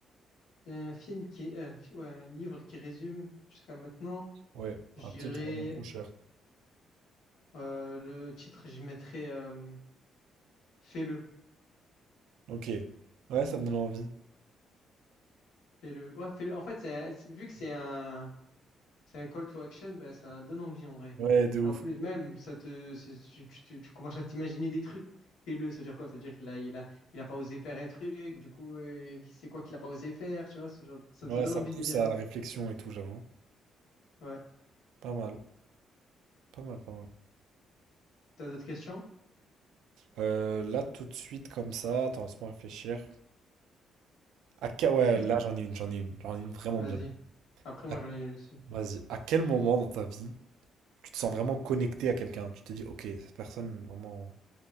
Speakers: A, on the left; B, on the right.
A: Un film qui... Un, fi- ouais, un livre qui résume jusqu'à maintenant.
B: Ouais,
A: Je
B: un
A: dirais...
B: petit vraiment trop cher.
A: euh, le titre, je mettrais... euh, Fais-le.
B: Ok. Ouais, ça me donne envie.
A: Fais-le. Ouais, fais-le. En fait, c'est, c'est- vu que c'est un, c'est un call to action, bah, ça donne envie en vrai.
B: Ouais, de ouf.
A: Et en plus, même, ça te, c'est- tu, tu, tu- tu commences à t'imaginer des trucs. Fais-le, ça veut dire quoi? Ça veut dire qu'il a, il a, il a pas osé faire un truc, du coup, euh, c'est quoi qu'il a pas osé faire, tu vois, ce genre, ça
B: Ouais,
A: te donne
B: ça
A: envie
B: pousse
A: de lire.
B: à la réflexion et tout, j'avoue.
A: Ouais.
B: Pas mal, pas mal, pas mal.
A: T'as d'autres questions?
B: Euh, là, tout de suite, comme ça, attends, laisse-moi réfléchir. À que- Ouais,
A: Si.
B: là, j'en ai une, j'en ai une, j'en ai une vraiment
A: Vas-y.
B: bien.
A: Après, moi,
B: À-
A: j'en ai une aussi.
B: Vas-y. À quel moment dans ta vie tu te sens vraiment connecté à quelqu'un? Tu te dis, ok, cette personne, vraiment,